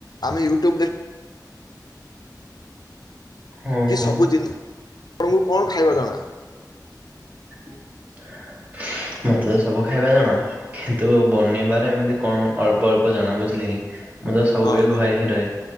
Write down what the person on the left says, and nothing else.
ଆମେ ୟୁ୍ଟ୍ୟୁବ୍ ଦେ
ସବୁ
ଜିନିଷ ଆପଣଙ୍କୁ କଣ ଖାଇବା ଜଣା?
ହଁ ହଁ